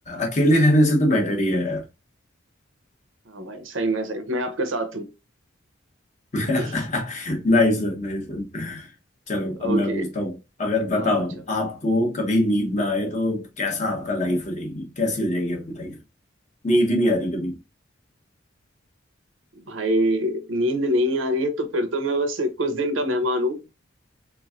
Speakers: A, on the left; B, on the right.
A: अकेले रहने से तो बेटर ही है यार
B: हाँ भाई सही में सही मैं आपके साथ हूँ
A: <laughs>
B: <laughs>
A: Nice nice चलो अब
B: ओके
A: मैं पूछता हूँ अगर
B: हाँ
A: बताओ
B: पूछो
A: आपको कभी नींद ना आए तो कैसा आपका लाइफ हो जाएगी कैसी हो जाएगी आपकी नींद ही नहीं आ रही कभी
B: भाई नींद नहीं आ रही है तो फिर तो मैं बस कुछ दिन का मेहमान हूँ